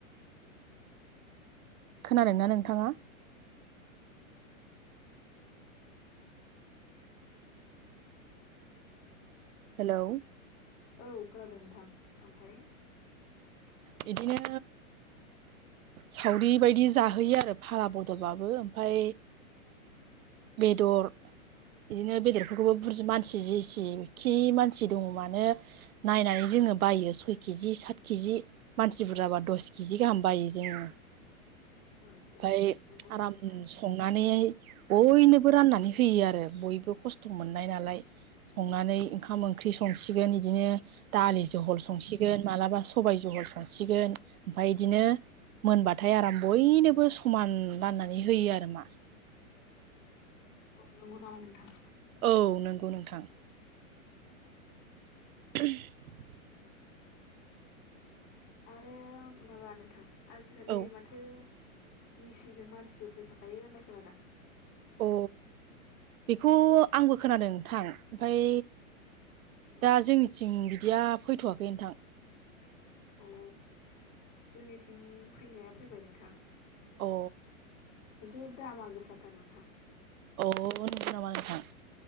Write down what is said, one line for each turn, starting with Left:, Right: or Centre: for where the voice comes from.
Right: खोनादोंना नोंथाङा? हेलौ
Left: औ खोनादों नोंथां ओमफाय
Right: बिदिनो सावरि बायदि जाहोयो आरो फाला बदलबाबो ओमफ्राय बेदर बिदिनो बेदरफोरखौबो बुर मानसि जेसिखि मानसि दङ मानो नायनानै जोङो बायो सय केजि सात केजि मानसि बुरजाबा दस केजि गाहाम बायो जोङो। ओमफाय
Left: औ औ औ नंगौ नामा
Right: आराम
Left: नोंथां
Right: संनानै बयनोबो राननानै होयो आरो बयबो खस्थ' मोननाय नालाय संनानै ओंखाम ओंख्रि संसिगोन बिदिनो दालि जहल संसिगोन मालाबा सबाय जहल संसिगोन ओमफ्राय बिदिनो मोनबाथाय आराम बयनोबो समान राननानै होयो आरो मा
Left: नंगौ नामा नोंथां
Right: औ नंगौ नोंथां <inaudible>
Left: आरो माबा नोंथां आजिखालि
Right: औ
Left: माथो मेसिनजों मानसिबो फैफाखायो होननाय खोनादों।
Right: अ बेखौ आंबो खोनादों नोंथां। ओमफाय दा जोंनिथिं बिदिया फैथ'वाखै नोंथां।
Left: अ जोंनिथिं फैनाया फैबाय नोंथां।
Right: अ।
Left: दुर दामा गोसाथार नोंथां।
Right: अ नंगौ नामा नोंथां।